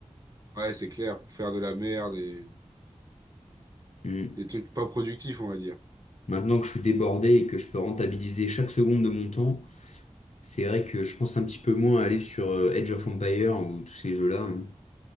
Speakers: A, on the right; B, on the left.
A: ouais, c'est clair, pour faire de la merde et
B: Mm.
A: des trucs pas productifs, on va dire.
B: Maintenant que je suis débordé et que je peux rentabiliser chaque seconde de mon temps, c'est vrai que je pense un petit peu moins à aller sur euh, Age of Empire ou tous ces jeux-là. hein.